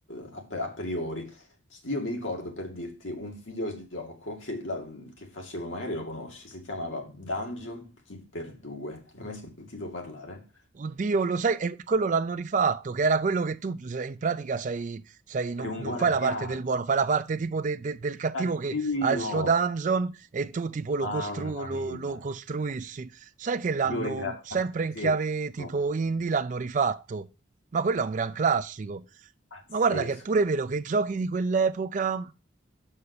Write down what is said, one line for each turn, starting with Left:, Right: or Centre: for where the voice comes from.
Left: a a priori. Sì, Io mi ricordo per dirti un videogioco che, la- che facevo, magari lo conosci, si chiamava Dungeon Keeper 2. Hai mai sentito parlare?
Right: Oddio, lo sai, e quello l'hanno rifatto, che era quello che tu se- in pratica sei, sei- non,
Left: Eri un
Right: non
Left: guardiano,
Right: fai la parte del buono, fai la parte tipo de- de- del cattivo
Left: cattivo,
Right: che ha il suo dungeon e tu tipo lo,
Left: mamma
Right: costru- lo,
Left: mia,
Right: lo costruissi. Sai che l'hanno
Left: io era
Right: sempre
Left: pazzesco,
Right: in chiave tipo indie, l'hanno rifatto, ma quello è un gran classico.
Left: pazzesco,
Right: Ma guarda che è pure vero che i giochi di quell'epoca